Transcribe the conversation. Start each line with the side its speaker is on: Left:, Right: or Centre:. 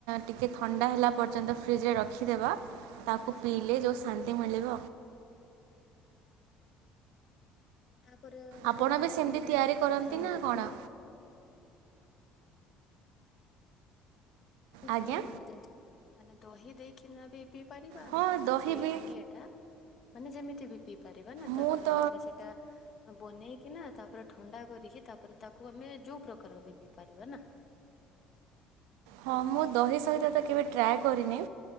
Right: ଟିକିଏ ଥଣ୍ଡା ହେଲା ପର୍ଯ୍ୟନ୍ତ ଫ୍ରିଜରେ ରଖିଦେବା। ତାକୁ
Left: ଆଚ୍ଛା
Right: ପିଇଲେ ଯୋଉାନ୍ତି। କେ ମିଳିବ
Left: ତାପରେ ମାନେ
Right: ଆପଣ
Left: ଜେ
Right: ବି ସେମିତି
Left: ଯେମିତି
Right: ତିଆରି
Left: ଅ
Right: କରନ୍ତି ନା କଣ?
Left: ପିଉ କଛୁ
Right: ଆଜ୍ଞା
Left: ମାନେ ଯେମିତି ମାନେ ଦହି ଦେଇକିନା ବି ଏ ପରିପାମେ
Right: ହଁ ଦହି
Left: ସେଇ
Right: ବି
Left: ମଡିଟା ମାନେ ଯେମିତି ବି ପି କରିବା ନା
Right: ମୁଁ
Left: ତାପରେ
Right: ତ
Left: ମାନେ ସେଟା ବନେଇକି ନା ତାପରେ ଥଣ୍ଡା କରିକି ତାପରେ ତାକୁ ଆମେ ଯୋଉ ପ୍ରକାର ବି ପିଇ ପାରିବା ନା
Right: ହଁ ମୁଁ ଦହି ସହିତ ତ କେବେ ଟ୍ରାଏ କରିନି